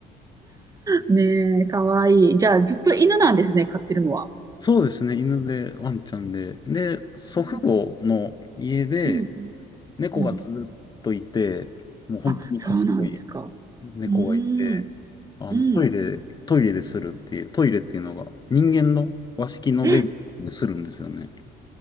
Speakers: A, on the right; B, on the left.
A: う。ねえ、かわいい。じゃあ、ずっと犬なんですね、飼ってるのは。
B: そうですね、犬で、ワンちゃんで。で、祖父母の家で、
A: うん、うん、うん。
B: 猫がずっといて、
A: うん
B: もう本当に賢い。
A: あ、そうなんですか。
B: 猫がいて、
A: うーん、
B: あの、
A: うん。
B: トイレ、トイレでするっていう、トイレっていうのが人間の和式の便でするんですよね。
A: え、